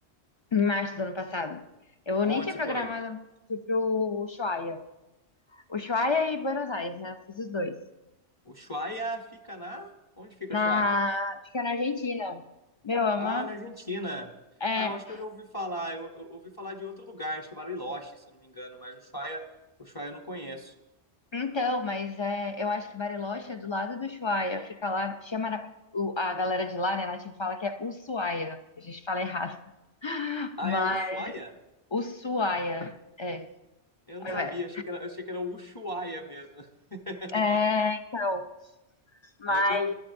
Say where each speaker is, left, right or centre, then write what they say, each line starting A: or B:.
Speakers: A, on the left (about 45°); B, on the left (about 25°).
A: em março do ano passado. Eu
B: Aonde
A: nem tinha
B: você
A: programado,
B: foi?
A: fui pro Ushuaia. Ushuaia e Buenos Aires, né? Eu fiz os dois.
B: O Ushuaia fica na? Onde fica
A: Na,
B: o Ushuaia?
A: fica na Argentina. Meu, é
B: Ah,
A: uma,
B: na Argentina.
A: é,
B: Ah, eu acho que eu já ouvi falar. Eu, eu ouvi falar de outro lugar, acho que é Bariloche, se eu não me engano, mas o Ushuaia, o Ushuaia eu não conheço.
A: Então, mas é, eu acho que Bariloche é do lado do Ushuaia, fica lá, chama na- o- a galera de lá, né, a Nath fala que é Ushuaia, a gente fala errado, <laughs>
B: Ah,
A: mas
B: é o Ushuaia?
A: Ushuaia, é,
B: Eu não
A: olha,
B: sabia,
A: velho.
B: achei que era, achei que era o Ushuaia mesmo. <laughs>
A: é, então, mas,
B: É, Quantos